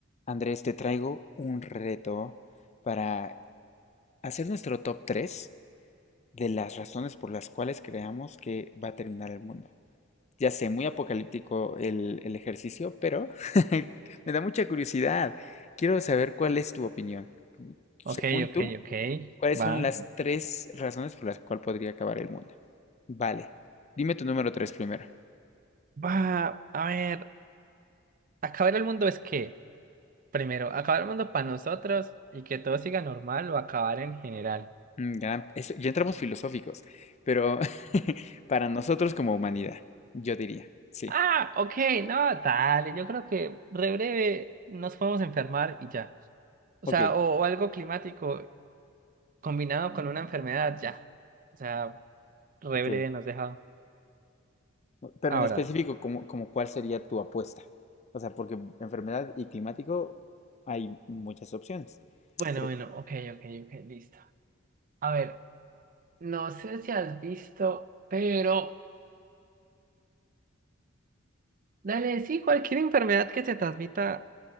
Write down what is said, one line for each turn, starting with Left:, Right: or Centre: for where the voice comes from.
Left: Andrés, te traigo un reto para hacer nuestro top 3 de las razones por las cuales creamos que va a terminar el mundo. Ya sé, muy apocalíptico el, el ejercicio, pero <laughs> me da mucha curiosidad. Quiero saber cuál es tu opinión. Según
Right: Ok, ok,
Left: tú,
Right: ok.
Left: ¿cuáles
Right: Va.
Left: son las tres razones por las cuales podría acabar el mundo? Vale, dime tu número 3 primero.
Right: Va. A ver, acabar el mundo es qué? Primero, acabar el mundo para nosotros y que todo siga normal o acabar en general.
Left: Mm, Ya, es- ya entramos filosóficos, pero <laughs> para nosotros como humanidad, yo diría, sí.
Right: Ah, ok, no, dale. Yo creo que re breve nos podemos enfermar y ya. O
Left: Ok,
Right: sea, o, o algo climático combinado con una enfermedad, ya. O sea, re
Left: ok.
Right: breve nos deja.
Left: o- Pero
Right: Ahora.
Left: en específico, ¿cómo, como cuál sería tu apuesta? O sea, porque enfermedad y climático hay muchas opciones.
Right: Bueno,
Left: Pero,
Right: bueno, ok, ok, ok, listo. A ver, no sé si has visto, pero. Dale, sí, cualquier enfermedad que se transmita